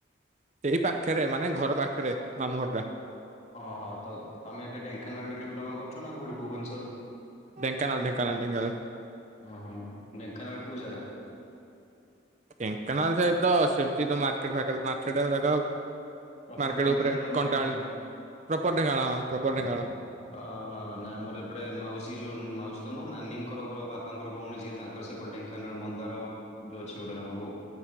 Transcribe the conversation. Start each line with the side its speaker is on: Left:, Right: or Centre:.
Right: ଏହି ପାଖରେ ମାନେ ଘର ପାଖରେ ମାମୁଁଘରଟା
Left: ଓଁ- ହଁ ତ ତମେ ଏବେ ଢେଙ୍କାନାଳରେ ଡିପ୍ଲୋମା କରୁଛ ନା କୋଉଠି ଭୁବନ
Right: ଢେଙ୍କାନାଳ ଢେଙ୍କାନାଳ ଢେଙ୍କାନାଳ
Left: ହୁଁ - ହୁଁ ଢେଙ୍କାନାଳର କୋଉ ଜାଗା?
Right: ଢେଙ୍କାନାଳ ସେଇଟି ତ ସେମିତି ତ ମାର୍କେଟ ଫାର୍କେଟ ମାର୍କେଟ ଜାଗା
Left: ପ୍ରପର୍
Right: ମାର୍କେଟ
Left: ଢେଙ୍କାନାଳ
Right: ଉପରେ
Left: ମାନେ
Right: କଣ୍ଟାଆଳି
Left: ଅ
Right: ପ୍ରପର ଢେଙ୍କାନାଳ ହଁ ପ୍ରପର ଢେଙ୍କାନାଳ।
Left: ହଁ ନାଇଁ ଆମର ଏପଡେ ମାଉସୀ ଯୋଉ ମାଉସୀ ତ ନୁ ନାନିଙ୍କର ଘର ବାପାଙ୍କର ଭଉଣୀ ଯିଏ, ତାଙ୍କର ସେପଟେ ଢେଙ୍କାନାଳ ମନ୍ଦାର ଯୋଉ ଅଛି ଗୋଟେ ନା କଣ ଭୁ